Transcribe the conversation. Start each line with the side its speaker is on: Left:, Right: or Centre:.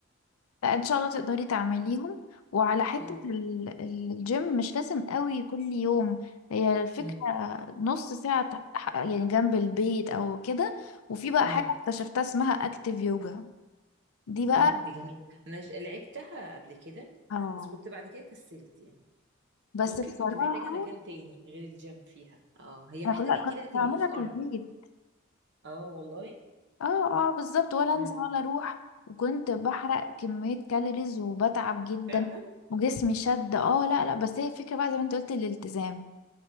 Left: لا ان شاء الله تقدري تعمليهم وعلى حتة
Right: اه
Left: ال- ال- الجيم مش لازم قوي كل يوم هي الفكرة
Right: امم
Left: نص ساعة تح- ح- يعني جنب البيت او كده وفي بقى
Right: امم
Left: حاجة اكتشفتها اسمها اكتيف يوجا دي بقى
Right: اه دي جميل انا ج- لعبتها قبل كده
Left: اه
Right: بس كنت بعد كده كسلت يعني
Left: بس
Right: ممكن
Left: بصراحة
Right: كنت محتاجة مكان تاني غير الجيم فيها اه هي
Left: انا
Right: محتاجة
Left: كنت لا،
Right: كده
Left: كنت
Right: تبقي
Left: بعملها
Right: في
Left: في
Right: ارض
Left: البيت
Right: اه والله
Left: اه اه بالظبط ولا
Right: امم
Left: انزل ولا اروح وكنت بحرق كمية كالوريز وبتعب جدا
Right: فعلا
Left: وجسمي شد اه لا لا بس هي الفكرة بقى زي ما انت قلت الالتزام